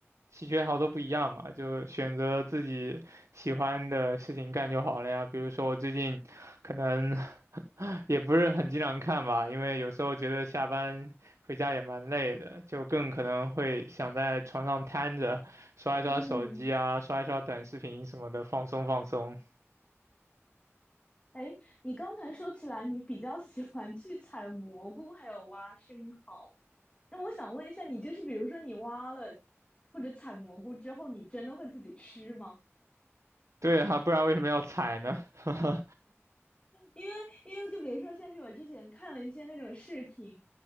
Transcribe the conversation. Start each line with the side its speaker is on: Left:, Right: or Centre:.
Right: 兴趣爱好都不一样嘛，就选择自己喜欢的事情干就好了呀。比如说我最近可能 <laughs> 也不是很经常看吧，因为有时候觉得下班回家也蛮累的，就更可能会想在床上瘫着刷一刷手机啊，
Left: 嗯，
Right: 刷一刷短视频什么的，放松放松。
Left: 哎，你刚才说起来，你比较喜欢去采蘑菇，还有挖生蚝。那我想问一下，你就是比如说你挖了或者采蘑菇之后，你真的会自己吃吗？
Right: 对啊，不然为什么要踩呢？<laughs>
Left: 因为因为就比如说像是我之前看了一些那种视频，